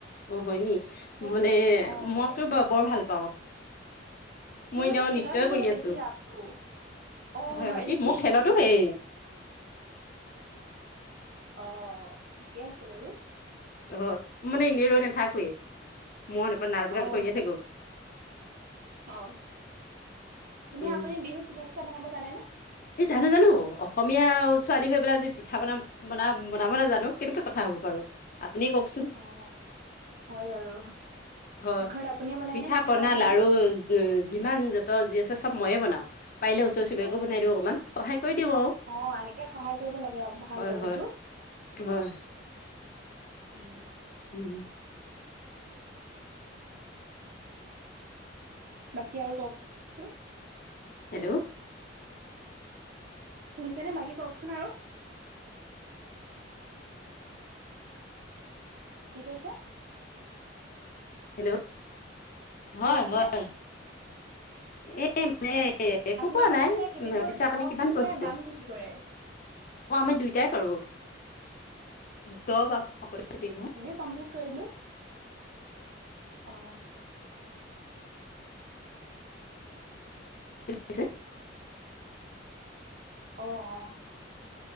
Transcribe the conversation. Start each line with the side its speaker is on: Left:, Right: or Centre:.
Left: অ হয় নি
Right: তাৰ
Left: মানে
Right: অ', হয়
Left: মই বৰ ভাল পাওঁ। মই
Right: মোৰ
Left: এতি
Right: মানে খেলত
Left: নৃত্য়ই
Right: মানে
Left: কৰি
Right: অলপ
Left: আছো
Right: বেছি ৰাপটো। অ',
Left: হয় হয়
Right: নেকি?
Left: এই মোৰ খেলতো হেই।
Right: অ ঠিকে আছে বাৰু।
Left: অ মানে ইনে ৰৈ না থাকোৱেই মনপৰা নাচ গান
Right: অ',
Left: কৰিয়ে থাকো।
Right: অ এনে
Left: উম
Right: আপুনি বিহুত পিঠা চিঠা বনাব জানেনেে?।
Left: এই জানো জানো অসমীয়া ছোৱালী হৈ পেলাই যদি পিঠা বনা। বনা বনাব নাজানো কেনেকুৱা কথা হ'ব বাৰু আপুনি কওকচোন।
Right: অ'। হয় বাৰু
Left: হয়
Right: ঘৰত আপুনিয়ে বনাই
Left: পিঠা-
Right: নে
Left: পনা,
Right: পনাবোৰ?
Left: লআৰু। যিমান য'ত যি আছে চব ময়ে বনাওঁ পাৰিলে ওচৰ চুবুৰীয়াকো
Right: অ',
Left: বনাই দিওঁ অকণমান সহায় কৰি দিওঁ আৰু।
Right: অ এনেকে সহায় কৰিব লাগে ভাল
Left: হয়
Right: বাৰু
Left: হয়
Right: সেইটো।
Left: হয়
Right: উম।
Left: উম।
Right: বাকী আৰু কওক চোন।
Left: হেল্ল'।
Right: শুনিছেনে বাকী কওকচোন আৰু। কি কৈছে?।
Left: হেল্ল',
Right: কি
Left: হয়
Right: কৈছিলে
Left: হয়। এই মানে একো
Right: আপোনালোকৰ
Left: কোৱা নাই
Right: সেইফালে খেতিবোৰ
Left: পিছে
Right: দ
Left: আপুনি কিমান
Right: খেতি
Left: পঢ়িছে।
Right: নে বাম খেতি কৰে
Left: অ আমি দুইটাই কৰো সকলো খতি।
Right: ্ কৰিলো অ। উ।
Left: হৈছে
Right: অ অ।